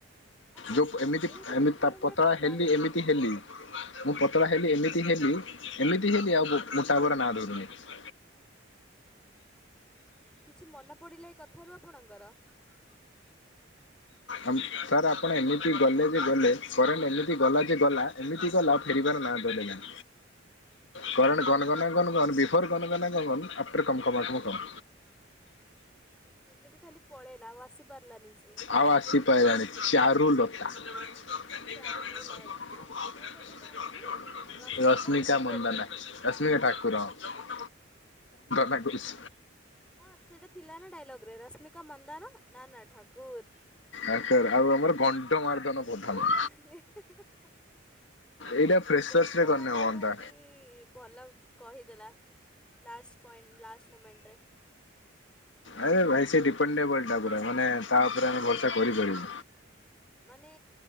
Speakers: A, in the centre; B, on the left.
A: ଆପଣ
B: ଯୋଉ ପ ଏମିତି
A: ମୁଁ ତ
B: ଏମତି
A: ଦେଖିଲା
B: ପ
A: ବେଳେ
B: ପତଳା ହେଲି
A: ହେଇଛନ୍ତି।
B: ଏମିତି ହେଲି। ମୁଁ ପତଳା ହେଲି ଏମିତି ହେଲି ଏମିତି ହେଲି ଆଉ ମୋ ମୋଟା ହବାର ନାଁ ଧରୁନି। <unintelligible>
A: କିଛି ମନେ ପଡ଼ିଲା ଏ କଥାରୁ ଆପଣଙ୍କର?
B: ଅମ ସାର୍ ଆପଣ ଏମିତି ଗଲେ ଯେ ଗଲେ କରେଣ୍ଟ ଏମିତି ଗଲାଯେ ଯେ ଗଲା ଏମିତି ଗଲା ଫେରିବାର ନାଁ ଧରିଲା ନାହିଁ କରେଣ୍ଟେ ଗନଗନା ଗନଗନ ବିଫୋର୍ ଗନଗନା ଗଣଗନ ଆଫ୍ଟର୍ କମ୍ କବବାଟ ମୁଁ କମ୍।
A: ଏମିତି ଖାଲି ପଳେଇଲା ଆଉ ଆସି ପାରିଲାନି ସେ
B: ଆଉ ଆଶି ପାଇଲାଣି ଚାରୁଲ ରସ
A: ଚାରୁଲା
B: ଶ୍ମିକା
A: ଆ ମୁଁ
B: ମଣ୍ଡନା
A: ଗୋଟେ କଣ ଥିଲି ରଶ୍ମିକା
B: ରଶ୍ମିକା
A: ଠାକୁର
B: ଠାକୁର। ଲାଗୁ ଇସ୍।
A: ହଁ ସେଇଟା ଥିଲା ନା ଡାଇଲଗ ରେ ରଶ୍ମିକା ମନ୍ଦାନ ନା ନା ଠାକୁର।
B: ଆ ସାର୍ ଆଉ ଆମର ଗଣ୍ଡ ମାରଦନ ପ୍ରଧାନ।
A: <unintelligible>
B: ଏଇଟା ଫ୍ରେସର୍ସ
A: ଗଣ୍ଡମାରଧନ
B: ରେ କରିନେ ହୁଅନ୍ତା।
A: ଆଜି ଭଲ କହିଦେଲା। ଲାଷ୍ଟ ପଏଣ୍ଟ ଲାଷ୍ଟ ମୋମେଣ୍ଟରେ।
B: ଆରେ ଭାଇ ସେ ଡିପେଣ୍ଡେବଲ୍ ଟା ପୁରା ମାନେ ତା ଉପରେ ଆମେ ଭରସା କରିପାରିବୁ।
A: ମାନେ